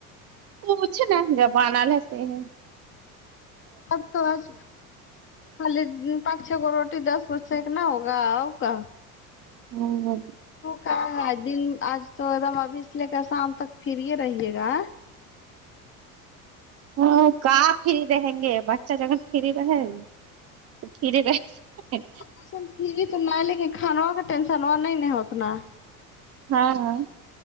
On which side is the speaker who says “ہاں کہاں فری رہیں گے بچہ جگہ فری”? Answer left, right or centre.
Right